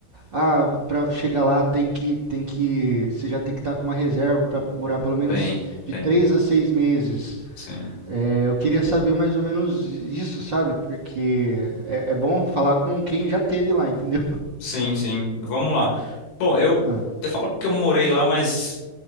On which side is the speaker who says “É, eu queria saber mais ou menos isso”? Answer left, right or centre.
Right